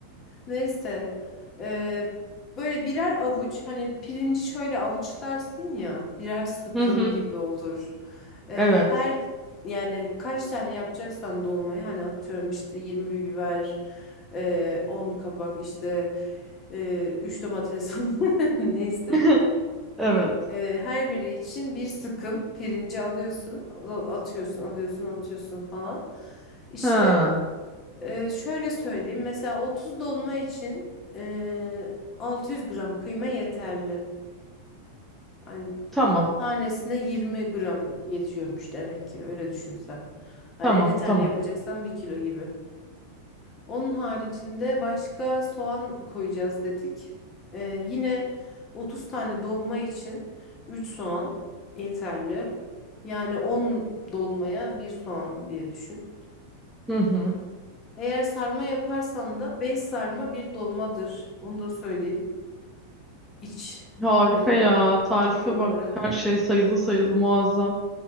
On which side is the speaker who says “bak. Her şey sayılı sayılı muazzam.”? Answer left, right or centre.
Centre